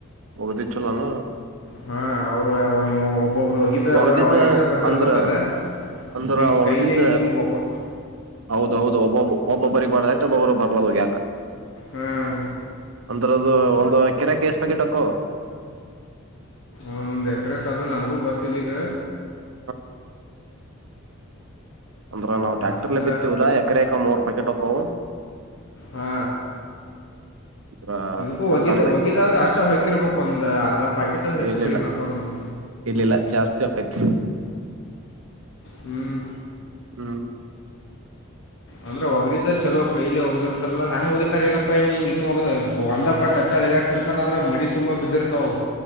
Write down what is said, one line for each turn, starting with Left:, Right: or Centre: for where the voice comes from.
Right: ಹೋಗದಿದ್ ಚಲೋನ
Left: ಹಾ ಅವ್ರು ಒಬ್ಬೊಬ್ರು ಹೋಗಿದ್ದ
Right: ಒಗದಿದ್ದ
Left: ಅವ್ರಿಗ ಅಷ್ಟ ಬರ್ತಿರತ್ತದು
Right: ಅಂದ್ರ ಅಂದ್ರ
Left: ಹಿಂಗ್
Right: ಒಗದಿದ್ದ
Left: ಕೈಲಿಂಗಿ ಒಕ್ಕೂ
Right: ಹೌದೌದು ಒಬ್ಬಬ್ಬ ಒಬ್ಬಬ್ಬರಿಗ ಮಾಡ ಬರ್ಲ ಯಾಕ
Left: ಹಾಂ
Right: ಅಂದ್ರದು ಒಂದು ಎಕೆರೆಕ್ಕ ಹೆಸ್ ಪ್ಯಾಕೆಟ್ ಕೋ
Left: ಒಂದು ಎಕರೆಕ್ ಅದು ನನಗೂ ಗೊತ್ತಿಲ್ಲಿಗ
Right: ಹಾ ಅಂದ್ರ ನಾವು ಟ್ಯಾಕ್ಟರ್ಲ್ಲಿ
Left: ಒಟ್ಟ
Right: ಬಿತ್ತವಲ್ಲ ಎಕರೆಕ ಮೂರ ಪಾಕೆಟ್ ಹೋಕ್ಕವು
Left: ಹಾ
Right: ಅಂದ್ರ
Left: ಇದಕ್ಕೂ
Right: ಅರ್ಧ
Left: ಒಗಿದ
Right: ಅರ್ಧ
Left: ಒಗಿದಾದ್ರ ಅಷ್ಟ ಹೊಕಿರ್ಬೇಕು ಒಂದ ಅರ್ಧ ಪಾಕೆಟ್ ಅದು ಹೆಚ್ಚು
Right: ಇಲ್ಲಿಲ್ಲ
Left: ಕಡಿಮೆ ಹಾಕಾವ್ ನೋಡು
Right: ಇಲ್ಲಿಲ್ಲ ಜಾಸ್ತಿ ಆಕೈತ್ತಿ
Left: ಹ್ಮ್
Right: ಹ್ಮ್
Left: ಅಂದ್ರೆ ಒಗದಿದ್ದ ಚಲೋ ಕೈಯಲಿ ಒಗದರಿತರಲ್ಲ ಹ್ಯಾಂಗ ಹೋಗಿತಾರೇನಪ್ಪ ಹಿಂಗ ಹಿಂಗ ಇದನ್ನ ಹೋಗದ ಒಂದ ಬಟ್ ಅತ್ತೆ ಅಳಗಾಡ್ತಿರ್ತಾರ ಆದ್ರೆ ಮಡಿ ತುಂಬ ಬಿದ್ದಿರ್ತಾವವು